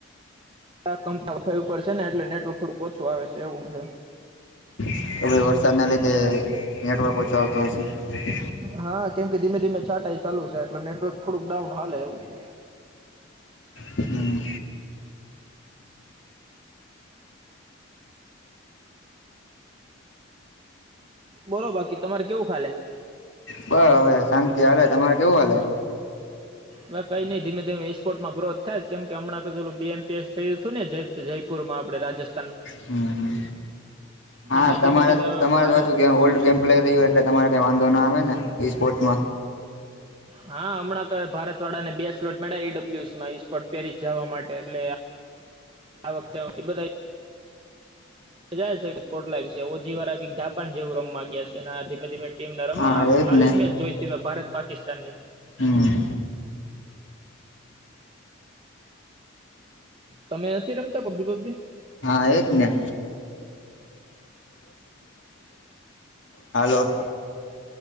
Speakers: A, on the right; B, on the left.
A: કંપના ફાઈ ઉપર છેને, એટલે નેટવર્ક થોડુંક ઓછું આવે છે એવું છે.
B: તો ભાઈ
A: હમ
B: વરસાદ ના લીધે નેટવર્ક ઓછો આવતોુ હશે.
A: હા કેમ કે ધીમે ધીમે છાંટાઈ ચાલુ છે, એટલે નેટવર્ક થોડુંક ડાઉન હાલે એવું છે.
B: હમ્મ
A: બોલો બાકી તમારે કેવું ખાલે
B: બ હવે શાંતિ હાલે, તમારે કેવું હાલે
A: હ કઈ નઈિ ધીમે ધી ઇસ્પર્ટમાથ થાય, કેમ હમણાં ક પેલ બી એમપએસ થયુ. ને જયપુરમાં આપણે રાજસ્થ
B: હમ હા
A: એમાં
B: તમારે
A: ધીમે ધીમે
B: તમારે
A: ભારત
B: તો પાછું ગમ ઓલ્ડ ગેમ. પ્લેયર રહ એટલે તમારે કઈ વાંધો ના આવે નેઈ સ્પોર્ટમા
A: હા હમણાં ભતળડા ને બે સ્લોટ મેળ્યા ઈ ડબલ્યુસી માં ઈ પેરિસ જવા માટે એટલે આ વખતે એ બધા જાય છે ગોટલાય છે ઓજીી વાળા જાપાન જેવું રમ માં ગયા છેને, આ ધીમે ધીમે ટીમને રમે
B: હા એજ
A: કાલે
B: ને
A: જ મેચ જોઈ મે ભારત પાકિસ્તાન ની
B: હા
A: તમે નથી રમતા પબજી પબજી
B: આયોજઞ હાલો